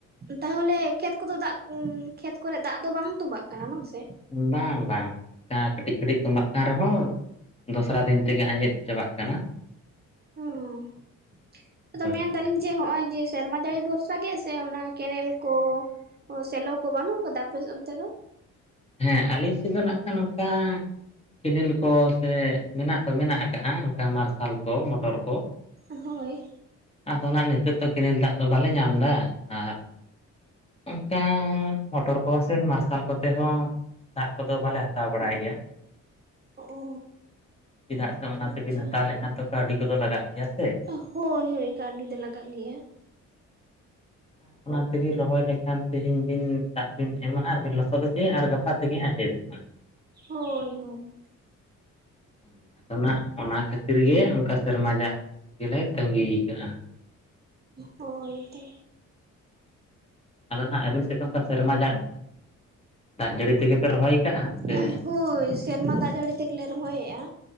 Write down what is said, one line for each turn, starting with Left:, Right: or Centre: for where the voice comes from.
Right: ᱛᱟᱦᱚᱞᱮ ᱠᱷᱮᱛ ᱠᱚᱫᱚ ᱫᱟᱜ <inaudible> ᱠᱷᱮᱛ ᱠᱚᱨᱮ ᱫᱟᱜ ᱫᱚ ᱵᱟᱝ ᱛᱚᱢᱵᱟᱜ ᱠᱟᱱᱟ ᱵᱟᱝᱥᱮ?
Left: ᱵᱟᱝ ᱵᱟᱝ ᱚᱱᱠᱟ ᱠᱟᱹᱴᱤᱡ ᱠᱟᱹᱴᱤᱡ ᱛᱚᱢᱵᱟᱜ ᱠᱟᱱ ᱨᱮᱦᱚᱸ, ᱫᱷᱚᱥᱨᱟ ᱫᱤᱱ ᱛᱮᱜᱮ ᱟᱸᱡᱮᱫ ᱪᱟᱵᱟᱜ ᱠᱟᱱᱟ᱾
Right: ᱚᱸ ᱟᱫᱚ
Left: ᱦᱳᱭ
Right: ᱢᱮᱱᱫᱟᱞᱤᱧ
Left: ᱦᱳᱭ
Right: ᱡᱮ ᱦᱚᱸᱜᱼᱚᱭ ᱡᱮ ᱥᱮᱨᱢᱟ ᱫᱟᱹᱲᱤ ᱵᱷᱚᱨᱥᱟ ᱜᱮ ᱥᱮ ᱚᱱᱟ ᱠᱮᱱᱮᱞ ᱠᱚ? ᱚ ᱥᱮᱞᱚ ᱠᱚ ᱵᱟᱹᱱᱩᱜ ᱠᱟᱫᱟ ᱟᱯᱮ ᱚᱱᱛᱮ ᱫᱚ?
Left: ᱦᱮᱸ ᱟᱹᱞᱤᱧ ᱥᱮᱫ ᱫᱚ ᱱᱟᱜ ᱠᱷᱟᱱ ᱚᱱᱠᱟ ᱠᱮᱱᱮᱞ ᱠᱚ ᱥᱮ ᱢᱮᱱᱟᱜ ᱫᱚ ᱢᱮᱱᱟᱜ ᱟᱠᱟᱜᱼᱟ ᱚᱱᱠᱟ ᱢᱟᱨᱥᱟᱞ ᱠᱚ ᱢᱚᱴᱚᱨ ᱠᱚ᱾
Right: ᱦᱳᱭ᱾
Left: ᱟᱫᱚ ᱱᱟᱜ ᱱᱤᱛᱳᱜ ᱛᱚ ᱠᱮᱱᱮᱞ ᱫᱟᱜ ᱫᱚ ᱵᱟᱞᱮ ᱧᱟᱢ ᱮᱫᱟ ᱟᱨ ᱚᱱᱠᱟ ᱢᱚᱴᱚᱨ ᱠᱚᱦᱚᱸ ᱥᱮ ᱢᱟᱨᱥᱟᱞ ᱠᱚᱛᱮ ᱦᱚᱸ ᱫᱟᱜ ᱠᱚᱫᱚ ᱵᱟᱞᱮ ᱦᱟᱛᱟᱣ ᱵᱟᱲᱟᱭ ᱜᱮᱭᱟ᱾
Right: ᱚ
Left: ᱪᱮᱫᱟᱜ ᱥᱮ ᱚᱱᱟ
Right: ᱟᱪᱪᱷᱟ
Left: ᱛᱮᱵᱤᱱ ᱦᱟᱛᱟᱣ ᱞᱮᱠᱷᱟᱱ ᱛᱚ ᱠᱟᱹᱣᱰᱤ ᱠᱚᱫᱚ ᱞᱟᱜᱟᱜ ᱜᱮᱭᱟ ᱥᱮ᱾
Right: ᱚ ᱦᱳᱭ ᱦᱳᱭ ᱠᱟᱹᱣᱰᱤ ᱫᱚ ᱞᱟᱜᱟᱜ ᱜᱮᱭᱟ᱾
Left: <inaudible> ᱚᱱᱟ ᱛᱮᱵᱤᱱ ᱨᱚᱦᱚᱭ ᱞᱮᱠᱷᱟᱱ ᱛᱤᱦᱤᱧ ᱵᱤᱱ ᱫᱟᱜ ᱵᱤᱱ ᱮᱢᱟᱜ-ᱟ ᱟᱨ ᱵᱤᱱ ᱞᱚᱥᱚᱫ ᱚᱪᱚᱭᱟ ᱟᱨ ᱜᱟᱯ ᱟ ᱛᱮᱜᱮ ᱟᱸᱡᱮᱫᱚᱜᱼᱟ᱾
Right: ᱦᱳᱭ ᱦᱳᱭ᱾
Left: <inaudible> ᱚᱱᱟ ᱚᱱᱟ ᱠᱷᱟᱹᱛᱤᱨ ᱜᱮ ᱚᱱᱠᱟ ᱥᱮᱨᱢᱟ ᱡᱟᱜ ᱜᱮᱞᱮ ᱛᱟᱺᱜᱤ ᱠᱟᱜᱼᱟ᱾
Right: ᱦᱳᱭ ᱛᱚ᱾
Left: ᱟᱫᱚ ᱱᱟᱦᱟᱜ ᱟᱵᱤᱱ ᱥᱮᱫ ᱫᱚ ᱚᱱᱠᱟ ᱥᱮᱨᱢᱟ ᱡᱟᱜ, ᱫᱟᱜ ᱡᱟᱹᱲᱤ ᱛᱮᱜᱮ ᱯᱮ ᱨᱚᱦᱚᱭ ᱠᱟᱜᱼᱟ? ᱥᱮ
Right: ᱮᱸ ᱦᱳᱭ᱾ ᱥᱮᱨᱢᱟ ᱫᱟᱜ ᱡᱟᱹᱲᱤ ᱛᱮᱜᱮ ᱞᱮ ᱨᱚᱦᱚᱭᱮᱜᱼᱟ,